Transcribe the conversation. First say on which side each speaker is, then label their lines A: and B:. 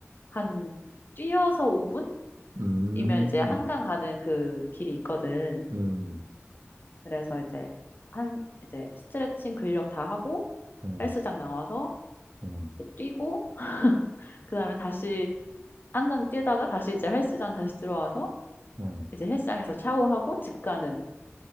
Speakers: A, on the left; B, on the right.
A: 한 뛰어서 5분이면
B: 음,
A: 이제 한강 가는 그 길이 있거든.
B: 음,
A: 그래서 이제 한 이제 스트레칭 근력 다 하고
B: 음,
A: 헬스장 나와서
B: 음,
A: 이제 뛰고 <laughs> 그다음에 다시 한강 뛰다가 다시 이제 헬스장 다시 들어와서
B: 음,
A: 이제 헬스장에서 샤워하고 집 가는.